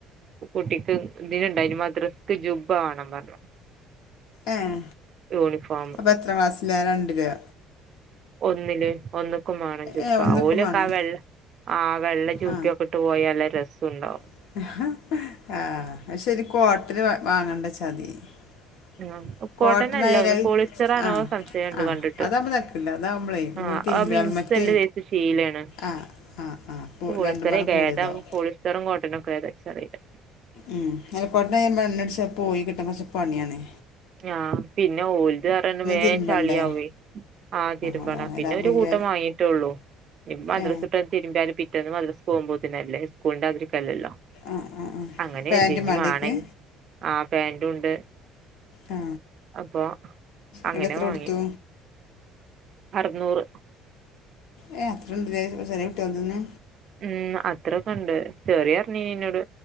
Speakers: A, on the right (about 35°); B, on the left (about 80°).
A: കുട്ടിക്ക് <unintelligible> മദ്രസക്ക് ജുബ വാണം പറഞ്ഞു.
B: ഉം
A: യൂണിഫോം
B: അപ്പോ എത്ര ക്ലാസ്സിലാ രണ്ടിലാ
A: ഒന്നില് ഒന്ന് ക്കും വേണം ജൂബ
B: ഏ ഒന്നൊക്കെ
A: ഓലൊക്കെ
B: വേണോ
A: ആ വെ ആ വെള്ള ജുബക്കെ
B: ആ
A: ഇട്ട് പോയലെ രസണ്ടാകു
B: <inaudible>
A: ഉം
B: കോട്ടൺ
A: കോട്ടന്നല്ല
B: ആയാൽ
A: ഒന്ന്
B: അത്
A: പോളിസ്റ്ററാണോ
B: ആ
A: സംശയണ്ട്
B: ആ
A: കണ്ടിട്ട്
B: അതാകുമ്പോൾ തരക്കില്ല അതാകുമ്പോളേ നമ്മൾ
A: ആഹ്
B: തിരുമ്പിയാൽ
A: ആ മിൻസല്ല
B: മറ്റേ
A: സൈസ്ശീലെയാണ്
B: ആ ആ ആ
A: പോളിസ്റ്ററേ
B: രണ്ടും പാടെ
A: ക്കെതാ
B: കൂടിയതാവും
A: പോളിസ്റുംങ്ങോട്ടനുംക്കെ ഏതാച്ചറീല
B: ഉം മൽ കോട്ടനായ മണ്ണാടിച്ച പോയി കിട്ടാകൊറച്ച് പണിയണേ
A: ആഹ പിന്നെ ഓലത്റിയവേ
B: തിരുമ്പണ്ടേ
A: ചളിയാ വെ ആ തിരുമ്പണ
B: അതാണ്
A: പിന്നെ
B: അല്ല
A: ഒരു
B: വലിയ
A: കൂട്ട ഇപ്പവാങ്ങീട്ടുള്ളൂ, മദ്രസ്
B: ഏ
A: ഇട്ടന്ന് തിരുമ്പാലും പിറ്റന്നന്ന് മദ്രസ് പോകുമ്പോത്തിനല്ലേ, സ്കൂളിന്റെ ആതിരി ല്ലല്ലോ.
B: ആ ആ ആ
A: അങ്ങനെ
B: പാൻറ്റും
A: എഴുതിഞ്ഞു
B: വേണ്ടേ
A: മാണെ
B: ഇക്ക്
A: ആ പാൻറ ഉണ്ട്.
B: ആ
A: അപ്പൊ, അങ്ങനെ
B: ഇവിടെ എത്ര
A: വാങ്ങി.
B: കൊടുത്തു
A: അറനൂറ്.
B: ഏ്. അത്രണ്ട് ലെ ചെറിയ കുട്ടിയൽ ദേന്.
A: ഉം. അത്രൊക്കെ ഉണ്ട് ചെറിയ <unintelligible> നിന്നോട്